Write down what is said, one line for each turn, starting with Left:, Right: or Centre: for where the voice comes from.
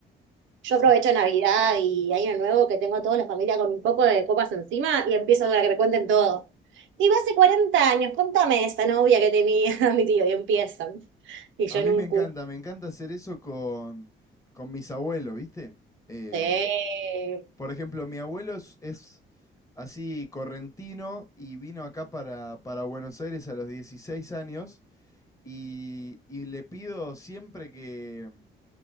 Right: Yo
Left: Sí.
Right: aprovecho Navidad y Año Nuevo que tengo a toda la familia con un poco de copas encima y empiezo a que me cuenten todo. Digo, hace 40 años, contame esta novia que tenía <laughs> mi tío y empiezan. Y yo
Left: A
Right: en
Left: mí
Right: un
Left: me encanta,
Right: cu.
Left: me encanta hacer eso con, con mis abuelos, ¿viste? Em,
Right: Sí.
Left: por ejemplo, mi abuelo es, es así correntino y vino acá para, para Buenos Aires a los 16 años y, y le pido siempre que,